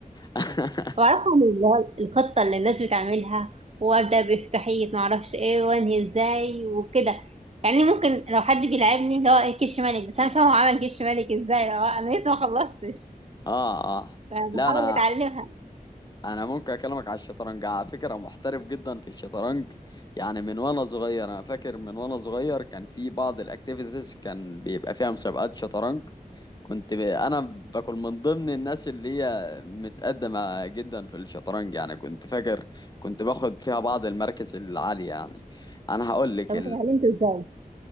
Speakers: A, on the left; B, on the right.
A: <laughs>
B: ما بعرفش اعمل اللي هو الخطه اللي الناس بتعملها وابدا بافتحيه ما اعرفش ايه وانهي ازاي وكده يعني ممكن لو حد بيلعبني اللي هو إيه كش ملك بس انا مش فاهمه هو عمل كش ملك ازاي هو انا لسه ما خلصتش
A: اه اه
B: فبحاول
A: لا انا
B: اتعلمها
A: انا ممكن اكلمك على الشطرنج على فكره محترف جدا في الشطرنج يعني من وانا صغير انا فاكر من وانا صغير كان في بعض الاكتيفيتيز كان بيبقى فيها مسابقات شطرنج كنت ب... انا بكون من ضمن الناس اللي هي متقدمه جدا في الشطرنج يعني كنت فاكر كنت باخد فيها بعض المراكز العاليه يعني انا هقول لك
B: طب انت اتعلمته ازاي؟